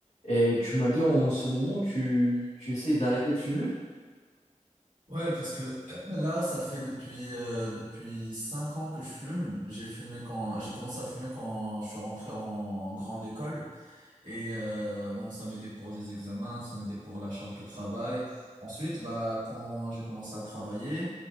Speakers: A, on the left; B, on the right.
A: Et tu m'as dit en ce moment, tu, tu essayes d'arrêter de fumer.
B: Ouais, parce que euh, là, ça fait depuis euh, depuis cinq ans que je fume. J'ai fumé quand j'ai commencé à fumer quand je suis rentré en grande école. Et euh, bon, ça m'aidait pour les examens, ça m'aidait pour la charge de travail. Ensuite, bah, quand j'ai commencé à travailler,